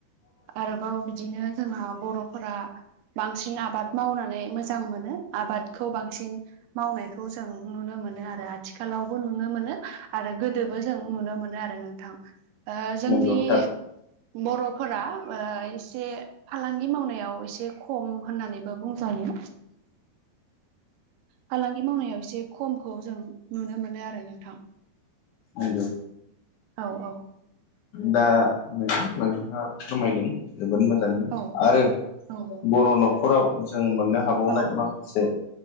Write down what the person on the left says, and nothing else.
नंगौ थार
नंगौ
दा नों नोंथाङा फोरमायदों जोबोद मोजाङैनो
आरो
बर' न'खराव जों मोननो हाबावनाय
माखासे